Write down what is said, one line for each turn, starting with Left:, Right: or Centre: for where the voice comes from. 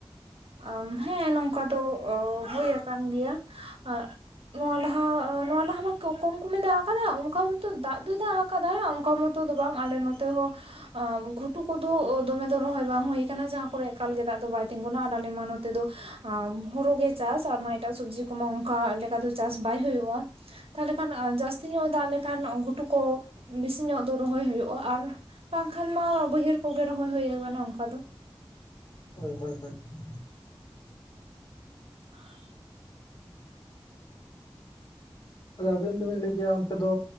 Right: ᱟᱢ ᱦᱮᱸ ᱱᱚᱝᱠᱟ ᱫᱚ ᱦᱩᱭ ᱟᱠᱟᱱ ᱜᱮᱭᱟ ᱟ᱾ ᱱᱚᱣᱟ ᱞᱟᱦᱟ ᱟ ᱱᱚᱣᱟ ᱞᱟᱦᱟ ᱢᱟ ᱠᱚᱢ ᱠᱚᱢᱮ ᱫᱟᱜ ᱠᱟᱫᱟ ᱚᱱᱚᱠᱟ ᱢᱟᱛᱚ ᱫᱟᱜ ᱫᱚᱭ ᱫᱟᱜ ᱟᱠᱟᱫᱟᱭ ᱚᱱᱠᱟ ᱢᱚᱛᱚ ᱫᱚ ᱵᱟᱝ ᱟᱞᱮ ᱱᱚᱛᱮ ᱦᱚᱸ ᱜᱷᱩ ᱴᱩ ᱠᱚᱫᱚ ᱫᱚᱢᱮ ᱫᱚ ᱨᱚᱦᱚᱭ ᱵᱟᱝ ᱦᱩᱭ ᱠᱟᱱᱟ ᱡᱟᱸᱦᱟ ᱠᱚᱨᱮ ᱮᱠᱟᱞ ᱜᱮ ᱫᱟᱜ ᱫᱚ ᱵᱟᱭ ᱛᱤᱸᱜᱩᱱᱟ᱾ ᱟᱞᱮ ᱢᱟ ᱱᱚᱛᱮ ᱫᱚ ᱮᱸ ᱦᱩᱲᱩ ᱜᱮ ᱪᱟᱥ ᱟᱨ ᱢᱟ ᱮᱴᱟᱜ ᱥᱚᱵᱽᱡᱤ ᱠᱚᱢᱟ ᱚᱱᱠᱟ ᱞᱮᱠᱟ ᱫᱚ ᱪᱟᱥ ᱵᱟᱭ ᱦᱩᱭᱩᱜᱼᱟ᱾ ᱛᱟᱦᱚᱞᱮ ᱠᱷᱟᱱ ᱡᱟᱹᱥᱛᱤ ᱧᱚᱜ ᱮ ᱫᱟᱜ ᱞᱮᱠᱷᱟᱱ ᱜᱷᱩᱴᱩ ᱠᱚ ᱵᱮᱥᱤ ᱧᱚᱜ ᱫᱚ ᱨᱚᱦᱚᱭ ᱦᱩᱭᱩᱜᱼᱟ ᱟᱨ ᱵᱟᱝᱠᱷᱟᱱ ᱢᱟ ᱵᱟᱹᱭᱦᱟᱹᱲ ᱠᱚᱜᱮ ᱨᱚᱦᱚᱭ ᱦᱩᱭ ᱠᱟᱱᱟ ᱚᱱᱠᱟ ᱫᱚ᱾
Left: ᱦᱳᱭ ᱦᱳᱭ ᱦᱳᱭ ᱾
Right: <inaudible>
Left: ᱟᱫᱚ ᱟᱵᱤᱱ ᱫᱚᱵᱤᱱ ᱞᱟᱹᱭ ᱠᱮᱜ-ᱟ ᱚᱱᱛᱮ ᱫᱚ